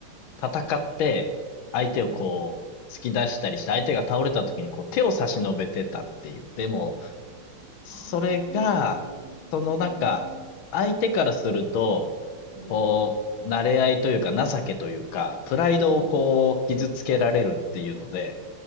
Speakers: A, on the left; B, on the right.
A: 戦って、相手をこう、
B: うん。
A: 突き出したりして、相手が倒れた時にこう、手を差し伸べてたっていう。でも、それが、
B: あー、なるほどね。
A: そのなんか、相手からすると、
B: うん、うん、
A: こう、慣れ合いというか、情けというか、プライドをこう、
B: うん。
A: 傷つけられるっていうので、